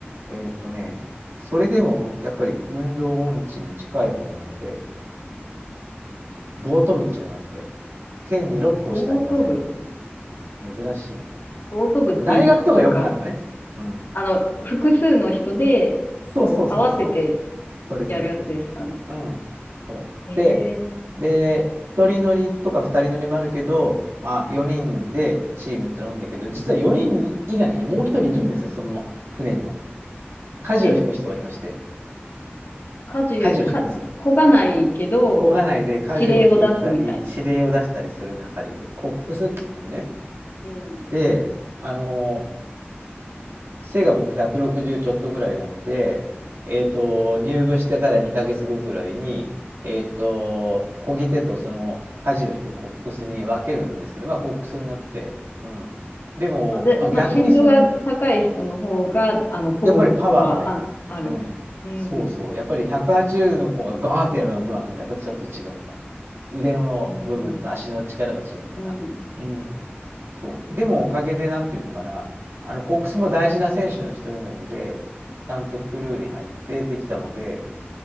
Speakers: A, on the right (about 80°); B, on the left (about 55°).
A: えっとね、それでもやっぱり運動音痴に近い方なので、ボート部っていうのがあって、県に6校しかありませんっていう。
B: オート部。
A: うん、珍しい。
B: オート部っていうのは、
A: 大学とかよくあるのね。
B: なんか、
A: うん。
B: あの、複数の人で、
A: そうそうそうそう。
B: こう、合わせて
A: それそれそれ。
B: やるやつですかね。
A: うん。そう。
B: えー、
A: で、で、一人乗りとか二人乗りもあるけど、まあ4人でチームってのが多いんだけど、実は4人以外にもう一人いるんですよ、その船には。舵を引く人がいまして、
B: え、家事、
A: 舵を引くんですよ。
B: か、こがないけど、
A: 漕がないで舵を引いたり、
B: 指令を出すみたいな。
A: 指令を出したりする係がいる。コックスって言うんだよね。
B: うん。
A: で、あの背が僕160ちょっとぐらいなので、えっと、入部してから2ヶ月後ぐらいに、えっと、漕ぎ手とその舵を引くコックスに分けるんですけど、まあコックスになって、うん。でも、
B: あ、で、
A: まあ逆にその、
B: まあ、身長が高い人の方が、あの、こぐのはあ、
A: やっぱりパワーがね、
B: あるんです。
A: うん。
B: うん。
A: そうそう。やっぱり180の子がガーンってやるのとは、あの、やっぱりちょっと違うかなって。腕の部分と足の力が違うから。
B: うん。うん。
A: うん。そう。でもおかげで、なんていうのかな、あの、コックスも大事な選手の一人なので、ちゃんとクルーに入ってできたので、